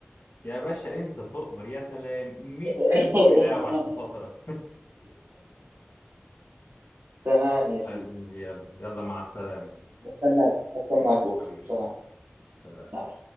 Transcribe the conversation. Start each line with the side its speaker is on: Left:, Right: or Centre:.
Left: يا باشا أنت تؤمر يا سلام مئة
Right: <laughs>
Left: ألف بقلاوة عشان خاطرك
Right: تمام
Left: <laughs>
Right: يا سيدي
Left: حبيبي يلا يلا مع السلامة
Right: بستناك استناك بكره
Left: حبيبي
Right: سلام
Left: سلام
Right: لا لا